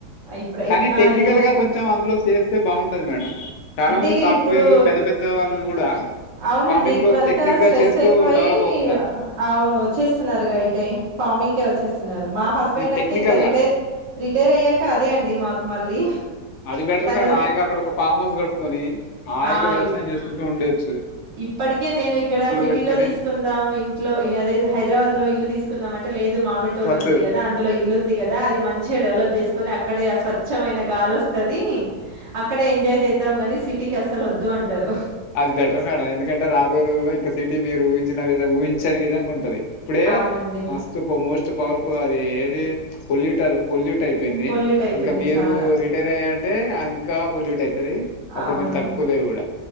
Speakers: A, on the right; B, on the left.
A: ఆహ్, ఇప్పుడు
B: కానీ
A: ఇప్
B: టెక్నికల్
A: ఆహ్, లీద్
B: గా కొంచెం అందులో చేస్తే బాగుంటది మేడం చాలా
A: అంటే
B: మంది
A: ఇగ
B: సాఫ్ట్వేర్లు
A: ఇప్పుడు
B: పెద్ద పెద్ద వాళ్ళు కూడా
A: అవునండి.
B: ఫార్మింగ్
A: ఇప్పుడంతా
B: లో ఒక టెక్నిక్ గా
A: స్ట్రెస్
B: చేస్తూ
A: ఎక్కువయ్యి
B: డెవలప్ అవు
A: అవును వచ్చేస్తున్నారు గా ఇట్టే ఫార్మింగ్ కే వచ్చేస్తున్నారు మా హస్బెండ్
B: టెక్నికల్
A: అంటే ఇంకా రిటైర్
B: గా
A: రిటైర్ అయ్యాక అదే అండి మాకు మళ్ళీ
B: అది బెటర్
A: తను
B: మేడం హాయిగ అక్కడ ఒక ఫార్మ్ హౌస్ కట్టుకొని హాయిగా
A: ఆ!
B: వ్యవసాయం
A: యు
B: చేసుకుంటూ ఉండేది
A: ఇప్పటికే నేను ఇక్కడ సిటీలో
B: పెట్టుకొని
A: తీసుకుందాం ఇంట్లో అదే హైదరాబాద్ లో ఇల్లు తీసు తీసకుందాం అంటే లేదు మామిడి తోట
B: వద్దు
A: ఉంది కదా అందులో ఇల్లుంది కదా అది మంచిగా డెవలప్ చేసుకని అక్కడే ఆ స్వచ్ఛమైన గాలి వస్తాది అక్కడే ఎంజాయ్ చేద్దాం ఆనీ సిటీ అసలు వద్దు అంటారు
B: అది బెటర్ మేడం ఎందుకంటే రాబోయే రోజుల్లో ఇంకా సిటీ మీరు ఊహించిన వి ఊహించని విధంగా ఉంటది ఇప్పుడే
A: అవునండి.
B: మస్తు మోస్ట్ పవర్ఫుల్ అది ఏది పొల్యూట్ పొల్యూట్ అయిపో అపోయింది
A: పొల్యూట్ అయితుంది
B: ఇంకా మీరు
A: చాలా.
B: రిటైర్ అయ్య అంటే ఇంకా పొల్యూట్ అయిపో తది అప్పుడు
A: అవును.
B: మీరు తట్టుకోలేరు కూడా